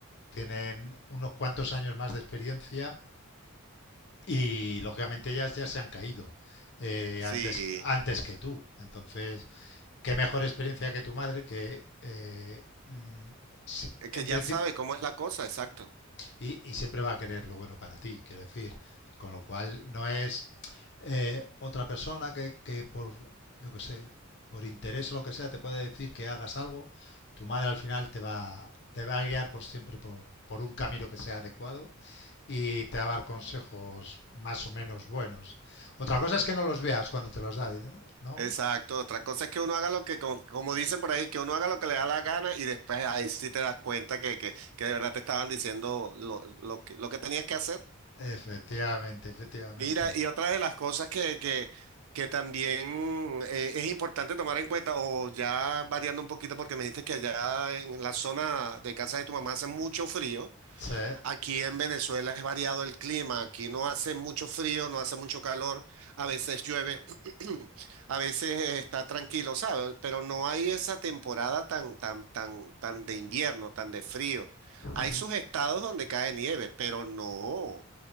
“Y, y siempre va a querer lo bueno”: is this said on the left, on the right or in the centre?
Left